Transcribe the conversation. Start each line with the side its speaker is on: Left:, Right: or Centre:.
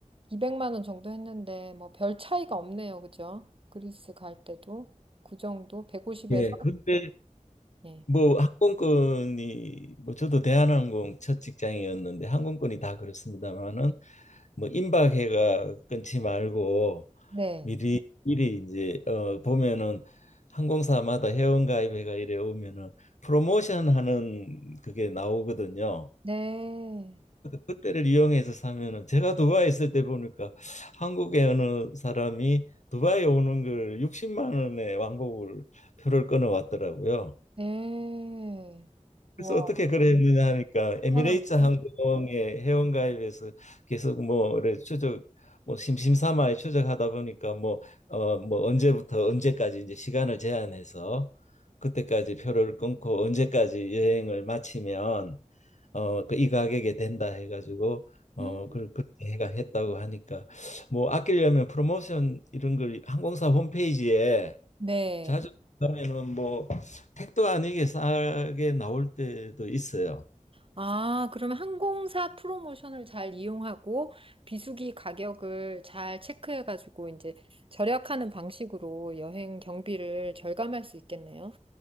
Right: 200만 원 정도 했는데 뭐 별 차이가 없네요. 그죠? 그리스 갈 때도 그 정도 150에서
Left: 예. 근데
Right: 예.
Left: 뭐 항공권이 뭐 저도 대한항공 첫 직장이었는데 항공권이 다 그렇습니다만은 뭐 임박해가 끊지 말고
Right: 네.
Left: 미리 미리 이제 어 보면은 항공사마다 회원가입회가 이래 오면은 프로모션 하는 그게 나오거든요.
Right: 네.
Left: 그때를 이용해서 사면은 제가 두바이 있을 때 보니까 한국에 어느 사람이 두바이 오는 걸 60만 원에 왕복을 표를 끊어 왔더라고요.
Right: 네. 우와,
Left: 그래서 어떻게 그랬느냐 하니까 에미레이트
Right: 편한데요?
Left: 항공의 회원가입에서 계속 뭐래 추적 뭐 심심삼아 추적하다 보니까 뭐 어 뭐 언제부터 언제까지 이제 시간을 제한해서 그때까지 표를 끊고 언제까지 여행을 마치면 어 그 이 가격에 된다 해가지고 어
Right: 음,
Left: 그- 그렇게 해가 했다고 하니까 뭐 아끼려면 프로모션 이런 걸 항공사 홈페이지에
Right: 네.
Left: 자주 그다는뭐 택도 아니게 싸게 나올 때도 있어요.
Right: 아, 그러면 항공사 프로모션을 잘 이용하고 비수기 가격을 잘 체크해가지고 이제 절약하는 방식으로 여행 경비를 절감할 수 있겠네요.